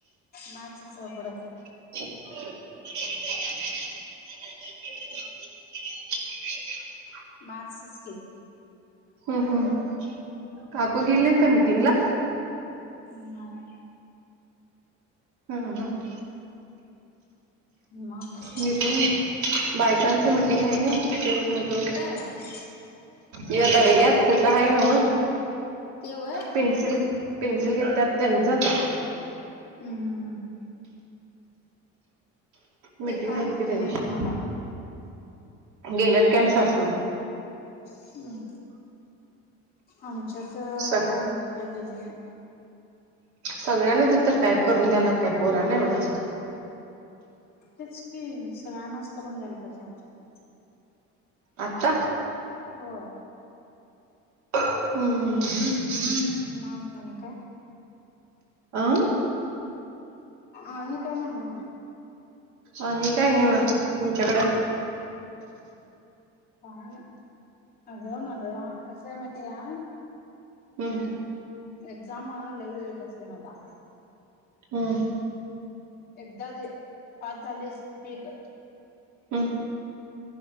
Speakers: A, on the left; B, on the right.
A: मॅथ्सच अवघड असत
B: <inaudible> <unintelligible>
A: मॅथ्सच की
B: हम्म हम्म काको गेले नाहीत का मीटिंगला?
A: हम्म नाय
B: हम्म हम्म हम्म
A: मग
B: मीटिंग बायकांच मीटिंग आहे ना ते म्हटलं
A: कुठं आहे
B: ये दरग्यात कुठं आहे नव
A: ते व्हय हम्म
B: पिनसिल पिनसिल केत त्यांचं
A: हम्म हम्म हम्म
B: मिटिंग
A: ते काय
B: आहेत
A: माहिती
B: की त्यांची
A: नाही बाई मला
B: गेल्यात कम सासू?
A: हम्म आमच्यात हेनी
B: स
A: काय गेले नाही.
B: सगळ्यांना तिथ काय करून द्याला काय पोरा ना एवढंच
A: तेच की सगळ्यांनाच करून द्यायला पाहिजे आमच्यात
B: आता
A: केलं तर होय.
B: हम्म हम्म हम्म
A: मग आणि काय?
B: हम्म अं
A: आही काय म्हणल
B: आणि काय नाही म तुमच्याकडे
A: काय नई अगं माझं कसय माहिती आहे काय?
B: हम्म
A: एक्झाम लई वेळ नसते माझा.
B: हम्म
A: एकच यार पाच झालीस पीक
B: हम्म